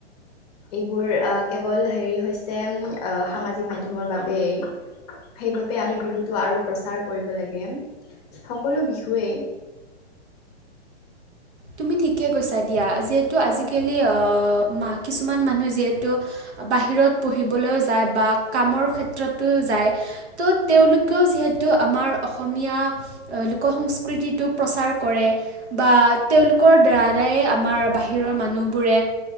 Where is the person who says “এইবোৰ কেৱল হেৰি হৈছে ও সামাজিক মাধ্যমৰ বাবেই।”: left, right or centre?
Left